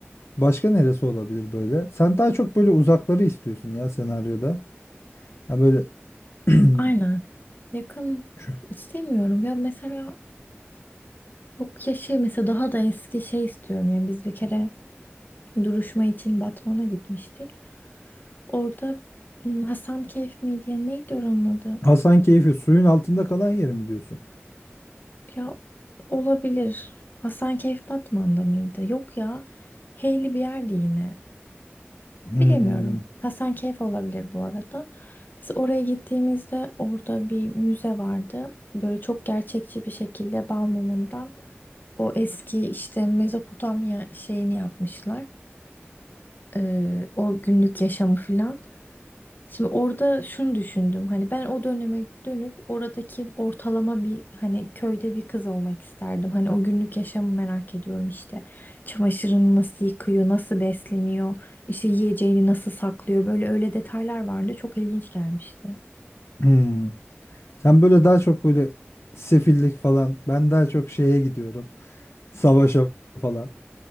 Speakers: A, on the left; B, on the left.
A: başka neresi olabilir böyle? Sen daha çok böyle uzakları istiyorsun ya senaryoda. Ha böyle <clears throat>
B: Aynen. Yakın
A: şu
B: istemiyorum ya mesela yok ya şey mesela daha da eski şey istiyorum. Yani biz bir kere duruşma için Batman'a gitmiştik. Orada Hasan Keyf miydi ya neydi oranın adı?
A: Hasankeyf'i suyun altında kalan yer mi diyorsun?
B: Ya olabilir. Hasankeyf Batman'da mıydı? Yok ya. Heyli bir yerdi yine.
A: Hmm,
B: Bilemiyorum. Hasankeyf olabilir bu arada. Biz oraya gittiğimizde orada bir müze vardı. Böyle çok gerçekçi bir şekilde bal mumundan o eski işte Mezopotamya şeyini yapmışlar. Ee, o günlük yaşamı filan. Şimdi orada şunu düşündüm. Hani ben o döneme dönüp oradaki ortalama bir hani köyde bir kız olmak isterdim. Hani o günlük yaşamı merak ediyorum işte. Çamaşırını nasıl yıkıyor, nasıl besleniyor, işte yiyeceğini nasıl saklıyor. Böyle öyle detaylar vardı. Çok ilginç gelmişti.
A: hmm. Sen böyle daha çok böyle sefillik falan. Ben daha çok şeye gidiyorum. Savaşa falan.